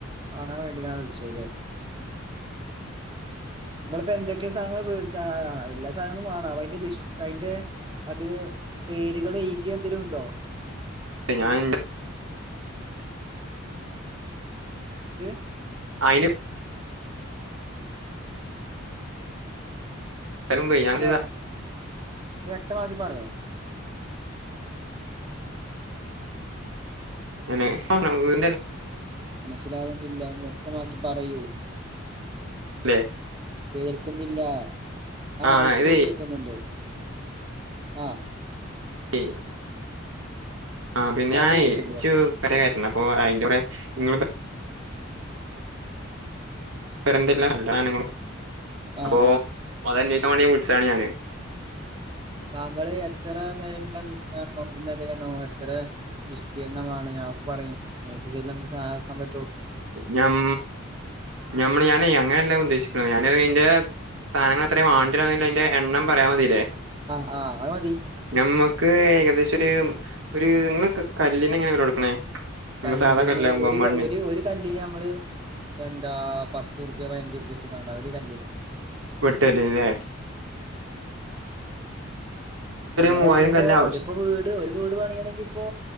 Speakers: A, on the right; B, on the right.
A: വാങ്ങാൻ വേണ്ടിങ്ങാണ് വിളിച്ചത് ല്ലെ
B: <inaudible>
A: ങ്ങളിപ്പോ എന്തൊക്കെ സാധനങ്ങള് വേടിച്ചാ എല്ലാ സാധനങ്ങളും വാണ പ്പയിൻ്റെ ലിസ് അയിൻ്റെ അ ത് പേരുകൾ എഴുതിയെന്തെലോക്കെണ്ടോ
B: അ ഞാൻ ൻ്റെ
A: ഏ
B: അയിന് തരുമ്പെ ഞാൻ
A: ഹലോ
B: ചെയ്ത
A: ഒന്ന് വ്യക്തമാക്കി പറയോ
B: <unintelligible>
A: മനസ്സിലാകുന്നില്ല ഒന്ന് വ്യക്തമാക്കി പറയോ
B: ല്ലെ
A: കേൾക്കുന്നില്ലാ ആ
B: ആഹ്
A: ഇപ്പോ
B: ഇതേ
A: കേൾക്കുന്നുണ്ട് ആ
B: <unintelligible> ആ പിന്നെയാ
A: അപ്പൊ കേൾക്കുന്നുണ്ട്
B: ഇച്ചു
A: പറ
B: പലകാര്യണ്ട് അപ്പൊ അതിന്റെ കൂടെ ഇങ്ങൾ <unintelligible> അപ്പൊ
A: ആഹ് ആഹ്
B: അതന്യോഷി ക്കാൻ വെണ്ടി വിളിച്ചതാണ് ഞാന്
A: താങ്കൾ എത്ര നിലൻ്റെ വീടാ നോക്കുന്നത് <inaudible> എത്ര വിസ്തീർണമാണ് അതൊക്കെ പറയും മേസേജെല്ലാം നമുക്ക് സാധനം നെറക്കാൻ പ
B: ഞം ഞമ്മള് ഞാനെ അങ്ങനെല്ല ഞാൻ ഉ ഉദ്ദേശിക്കണെ ഞാനയിന്റെ സാധനങ്ങളെത്രയ വാണ്ടിരാന്ന്ള്ള അതിന്റെ എണ്ണം പറയാൻ മതീല്ലേ
A: ആഹ് ആഹ് അത് മതി
B: നമ്മക്ക് ഏകദേഷോരു ഒര് ഇങ്ങള് കല്ലിനെങ്ങനെ വെല കൊടുക്കണേ നമ്മ
A: കല്ലിനെ
B: സാധാ കല്ലാവുമ്പോ
A: ഒരു
B: മണ്ണിൽ
A: ക ഒരു ഒരു കല്ലിന് നമ്മള് എന്താ പത്തുറുപ്യ പതിനഞ്ചുറുപ്യ വെച്ച്ട്ട ഒരു കല്ലീന്
B: വെട്ട്കല്ലിന്ലെ
A: അങ്ങനെ
B: മൂവായിരം
A: വരുമ്പോ
B: കല്ല് ആവശ്യം
A: ഒരുപ്പോ വീട് ഒരു വീട് പണിയണെങ്കിപ്പോ